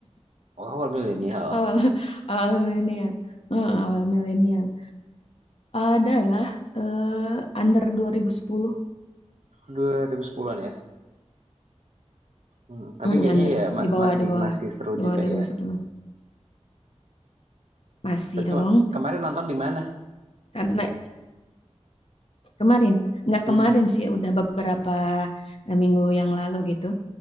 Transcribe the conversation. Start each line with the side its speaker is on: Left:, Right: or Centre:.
Right: Oh, awal milenial,
Left: awal <laughs> awal milenial, Eh, awal milenial. adalah eh, under 2010.
Right: 2010-an ya? Mhm, tapi
Left: Hmm,
Right: kayaknya
Left: under
Right: ya ma
Left: di bawah
Right: masih
Left: di bawah
Right: masih seru
Left: di
Right: juga
Left: bawah 2010.
Right: ya.
Left: Masih
Right: Berarti
Left: dong.
Right: kema kemarin nonton di mana?
Left: Karena kemarin, nggak
Right: Mhm,
Left: kemarin sih udah beberapa eh, minggu yang lalu gitu.